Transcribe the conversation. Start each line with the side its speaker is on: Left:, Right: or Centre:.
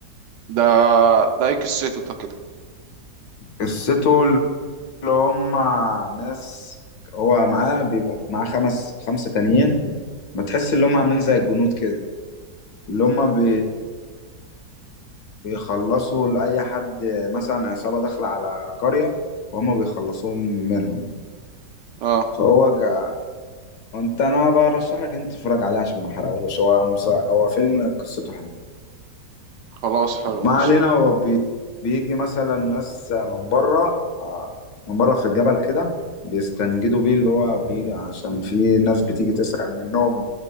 Right: ده ده ايه قصته ده كده
Left: قصته اللي هم ناس هو معاه بيبقوا معاه خمس خمسة تانيين ما تحس ان هم عاملين زي الجنود كده اللي هم بي... بيخلصوا لأي حد مثلا عصابة داخلة على قرية فهم بيخلصوهم منهم
Right: اه
Left: فهو جا... انت انا برشح لك انت تتفرج عليه عشان ما احرقوش هو مسا... هو فيلم قصته حلوة
Right: خلاص حلو
Left: ما
Right: ماشي
Left: علينا هو بي... بيجي مثلا ناس من بره آه، من بره في الجبل كده بيستنجدوا بيه اللي هو بيجي عشان في ناس بتيجي تسرق منهم